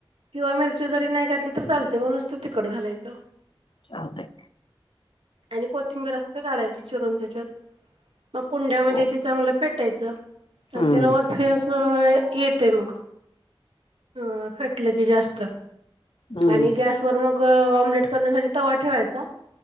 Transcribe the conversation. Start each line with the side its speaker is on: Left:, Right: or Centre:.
Right: किंवा मिरची जरी नाही घातली तरी चालतय म नुसतं तिकट घालायचं.
Left: चालतय.
Right: आणि कोथिंबीर असल तर घालायची चिरून त्याच्यात मग कुंड्यामध्ये
Left: हो
Right: ते चांगलं फेट कुटायच आणि
Left: हम्म
Right: त्यालावर फी अस येतय मग अ फेटलं की जास्त.
Left: हम्म
Right: आणि गॅस वर मग ऑमलेट. करण्यासाठी तवा ठेवायचा.